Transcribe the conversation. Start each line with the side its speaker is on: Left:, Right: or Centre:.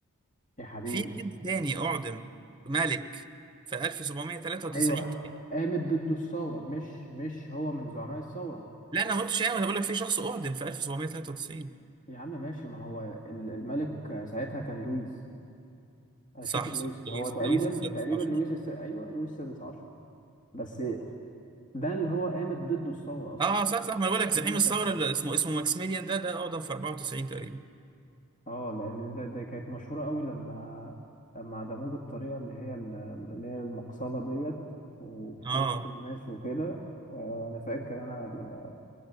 Left: يا حبيبي
Right: في حد تاني أعدم ملك في 1793
Left: ايوه
Right: تاني.
Left: قامت ضد الثورة مش مش هو من زعماء الثورة
Right: لا أنا ما قلتش أيوة، أنا بقول لك في شخص أعدم في 1793
Left: يا عم ماشي ما هو ال- الملك ساعتها كان لويس انا
Right: صح
Left: مش فاكر
Right: صح
Left: لويس
Right: لويس
Left: هو تقريبا
Right: لويس السادس
Left: تقريبا
Right: عشر
Left: لويس الس... ايوه لويس السادس عشر بس ده اللي هو قامت ضده الثورة أصلا
Right: اه آه، صح صح ما أنا بقول لك
Left: لأن
Right: زعيم
Left: هما
Right: الثورة
Left: كانوا
Right: اللي اسمه اسمه ماكسيميليان ده ده أعدم في 94 تقريبا
Left: اه لأن ده, ده كانت مشهورة قوي لما لما عدموه بالطريقة اللي هي ال- اللي هي المقصلة ديت وفي
Right: اه
Left: وسط الناس وكده آه، أنا فاكر أنا ال-